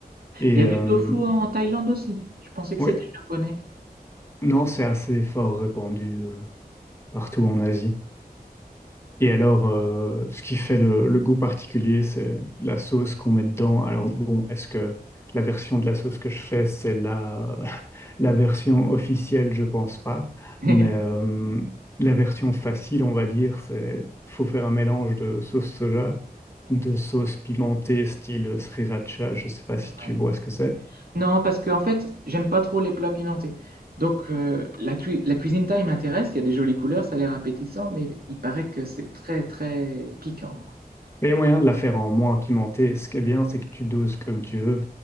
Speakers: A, on the left (about 15°); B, on the right (about 70°).
A: Et
B: Il y a
A: euh,
B: du tofu en Thaïlande aussi. Je pensais que
A: ouais,
B: c'était japonais.
A: non, c'est assez fort répandu euh, partout en Asie. Et alors, euh, ce qui fait le, le goût particulier, c'est la sauce qu'on met dedans. Alors bon, est-ce que la version de la sauce que je fais, c'est la, <laughs> la version officielle? Je pense pas.
B: <laughs>
A: Mais euh, la version facile, on va dire, c'est faut faire un mélange de sauce soja, de sauce pimentée style sriracha. Je sais pas si tu
B: Ouais.
A: vois ce que c'est.
B: Non, parce que en fait, j'aime pas trop les plats pimentés. Donc euh, la, tui- la cuisine thaï m'intéresse. Il y a des jolies couleurs, ça a l'air appétissant, mais il paraît que c'est très très piquant.
A: Et il y a moyen de la faire en moins pimentée. Ce qui est bien, c'est que tu doses comme tu veux.